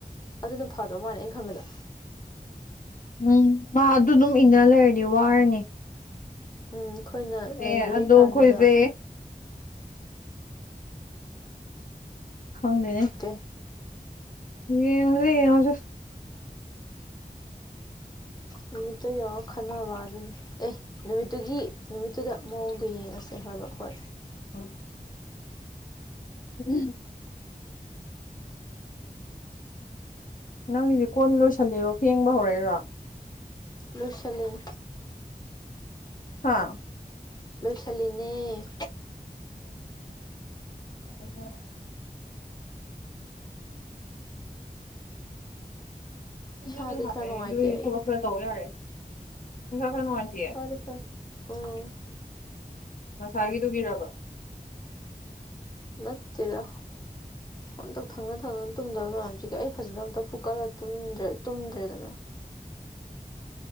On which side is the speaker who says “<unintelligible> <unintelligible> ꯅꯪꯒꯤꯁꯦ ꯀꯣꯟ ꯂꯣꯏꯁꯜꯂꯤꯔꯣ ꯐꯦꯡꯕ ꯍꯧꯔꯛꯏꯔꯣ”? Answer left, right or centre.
Left